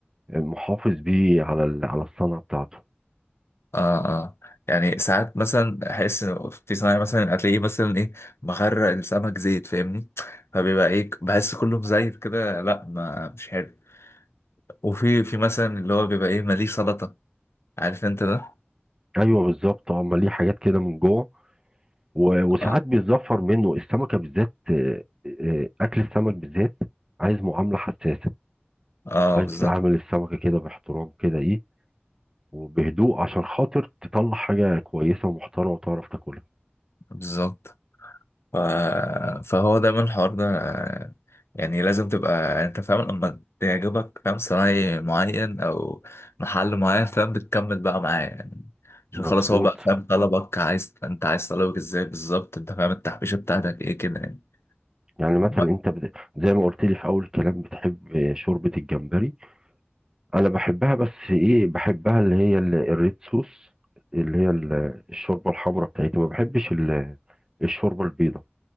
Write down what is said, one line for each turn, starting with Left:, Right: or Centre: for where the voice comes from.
Right: آه، محافظ بيه على ال- على الصنعه بتاعته
Left: اه اه يعني ساعات مثلا أحس إن في صناعي مثلا هتلاقيه مثلا إيه مغرق السمك زيت فاهمني فبيبقى إيه بحس كله مزيت كده لا ما مش حلو وفي في مثلا اللي هو بيبقى ايه ماليه سلطة عارف انت ده
Right: ايوه بالظبط اه أما ليه حاجات كده من جوه و- وساعات
Left: اه
Right: بيتظفر منه السمكه بالذات آه، آه، اكل السمك بالذات عايز معامله حساسه
Left: اه
Right: عايز
Left: بالظبط
Right: تعامل السمكه كده باحترام كده ايه وبهدوء عشان خاطر تطلع حاجه كويسه ومحترمه وتعرف تاكلها
Left: بالظبط ف... فهو دايما الحوار ده آه، يعني لازم تبقى انت فاهم لما تعجبك فاهم صنايعي معين او محل معين فاهم بتكمل بقى معاه يعني عشان
Right: مظبوط
Left: خلاص هو بقى فاهم طلبك عايز انت عايز طلبك ازاي بالظبط انت فاهم التحبيشة بتاعتك ايه كده يعني
Right: يعني
Left: ب-
Right: مثلا انت بت- زي ما قلت لي في اول الكلام بتحب آه، شوربه الجمبري انا بحبها بس ايه بحبها اللي هي ال- الريد صوص اللي هي ال- الشوربه الحمراء بتاعتي ما بحبش ال- الشوربه البيضاء